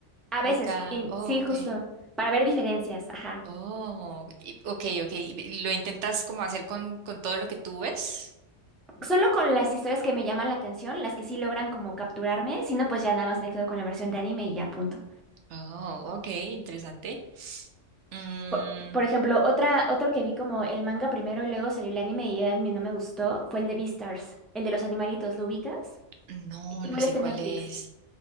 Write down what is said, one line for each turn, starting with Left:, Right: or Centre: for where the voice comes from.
Centre: A
Right: de
Centre: veces,
Right: cada.
Centre: y-
Right: Oh,
Centre: sí,
Right: ok.
Centre: justo, para ver diferencias, ajá.
Right: Oh, y- ok, ok. y- y ¿Lo intentas como hacer con, con todo lo que tú ves?
Centre: Solo con las historias que me llaman la atención, las que sí logran como capturarme, si no, pues ya nada más me quedo con la versión de anime y ya punto.
Right: Oh, ok, interesante. Mm,
Centre: Por, por ejemplo, otra, otro que vi como el manga primero y luego salió el anime y el anime no me gustó fue el de Beastars, el de los animalitos, ¿lo ubicas?
Right: no,
Centre: Igual
Right: no sé
Centre: está
Right: cuál
Centre: en Netflix.
Right: es.